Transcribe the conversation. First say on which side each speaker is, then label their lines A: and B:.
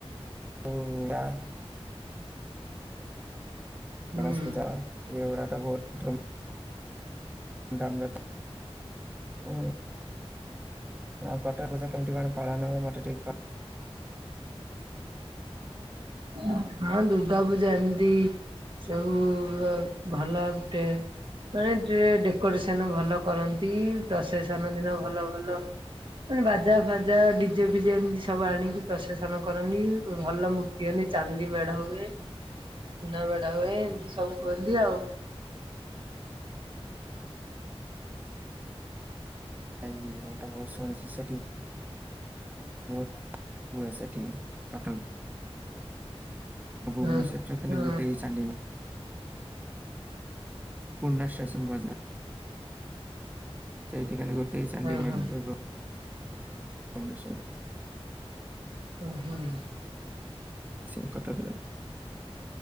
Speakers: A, on the right; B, on the right.
A: ହୁଁ ବା।
B: ହୁଁ
A: ଗଣେଶ ପୂଜା ଏଇଗୁଡା ତ ବହୁତ ଧୁମ ଦାମଟା ଉଁ ହୁଁ ଆଉ କଟକ ପୂଜା କେମିତି କଣ ପାଳନ ହୁଏ ମତେ ଟିକ କହ
B: ହଁ, ଦୁର୍ଗା ପୂଜା ଏମିତି ସେଓ ଭଲ ଗୋଟେ ଫ୍ରଣ୍ଟ ରେ ଡେକୋରେସନ ଭଲ କରନ୍ତି, ପ୍ରସେସନ ଦିନ ଭଲ ଭଲ ମାନେ ବାଜା ଫାଜା ଡିଜେ ଫିଜେ ଏମିତି ସବୁ ଆଣିକି ପ୍ରସେସନ କରନି ଭଲ ମୂର୍ତ୍ତି ହୁଏନି ଚାନ୍ଦି ମେଢ ହୁଏ। ସୁନା ମେଢ ହୁଏ ଏମିତି ସବୁ କୁହନ୍ତି ଆଉ।
A: ଭାଇ, ମୁଁତ ବହୁତ ଶୁଣିଚି ସେଠି ବହୁତ ହୁଏ ସେଠି କଟକ ଭୁବନେଶ୍ୱରରେ
B: ହଁ।
A: ତ ଖାଲି
B: ହୁଁ
A: ଗୋଟେ ଚାନ୍ଦୀ ମେଢ଼ ପୁରୁଣା ଷ୍ଟେସନବଜାର ସେଇଠି ଖାଲି ଗୋଟେଇ ଚାନ୍ଦୀ
B: ହୁଁ
A: ମେଡ଼
B: ହୁଁ
A: ହୁଏ ଗୋ ଭୁବନେଶ୍ୱରରେ।
B: ଓଃ, ହ।
A: ସବୁ କଟକରେ